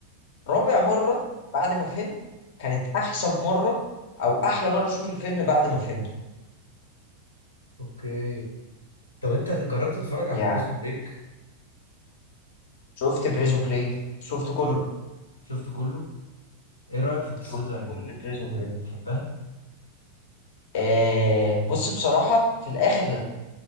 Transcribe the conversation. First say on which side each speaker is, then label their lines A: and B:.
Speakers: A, on the left (about 50°); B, on the left (about 85°).
A: رابع مره بعد ما فهمت كانت احسن مره او احلى مره اشوف الفيلم بعد ما فهمته
B: اوكي طب انت جربت تتفرج على
A: يعني
B: بريزون بريك
A: شفت بريزون بريك شفت كله
B: شفته كله ايه رأيك في قصته
A: شفت
B: يعني
A: كل
B: بت... بت...
A: بريزون بريك
B: بتحبها
A: آه بص بصراحة في الآخر